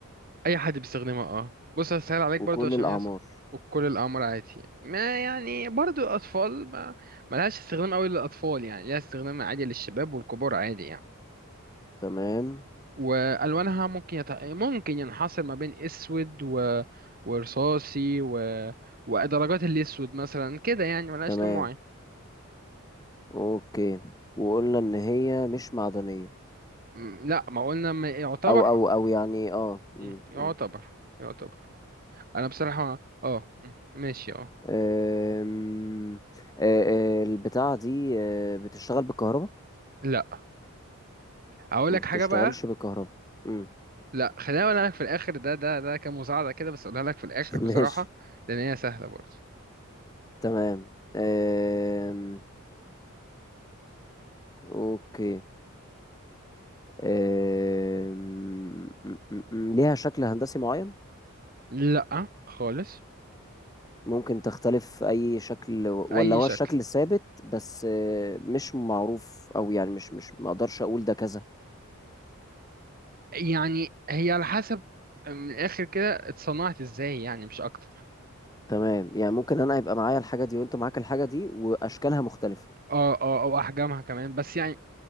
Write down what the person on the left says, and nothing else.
وكل
الاعمار
تمام
تمام
اوكي وقلنا ان هي مش معدنيه
او
او او يعني اه م-
م.
أم، أه، أه، البتاعة دي أه، بتشتغل بالكهرباء
ما
بتشتغلش
بالكهرباء مم.
<laughs>
ماشي
تمام أم، اوكي أم، م- م- م- ليها شكل هندسي معين
ممكن تختلف اي شكل ولا
هو
الشكل الثابت بس أه، مش معروف او يعني مش مش ما اقدرش اقول ده كذا
تمام يعني ممكن انا يبقى معايا الحاجة دي وانت معاك الحاجة دي واشكالها مختلفة